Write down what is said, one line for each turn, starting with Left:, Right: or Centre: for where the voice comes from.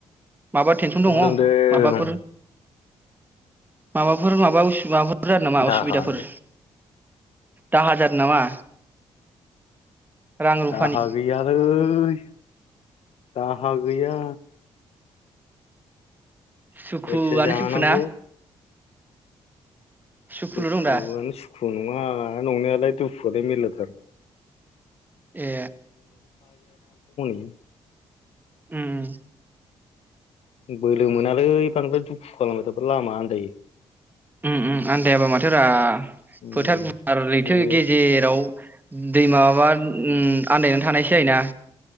Right: माबा टेनसन दंङ
Left: जौ लोंदों
Right: माबाफोर? माबाफोर माबा उसु माबाफोर फोर जादों नामा
Left: दाहा
Right: असुबिदाफोर?
Left: होनदों
Right: दाहार जादों नामा? रां रुफानि
Left: दाहा गैयालै <unintelligible> दाहा गैया।
Right: सुखुआनो
Left: जायखि जाया
Right: सुखु
Left: जानांगौ।
Right: ना सुखुल'
Left: दुखुआनो
Right: दं दा
Left: सुखु ङा नंनायालाय दुखुआलाय मेल्लाथार।
Right: ए
Left: <unintelligible> <unintelligible>
Right: उम।
Left: बोलो मोनालै बांद्राय दुखु खालामबाय थाबाबो लामा आन्दायो।
Right: ओम ओम आनदायाबा माथोरा
Left: उम
Right: फोथार गुवार लैथो
Left: नोङो
Right: गेजेराव दै माबाबा आनदायनासो थानाय जायोना।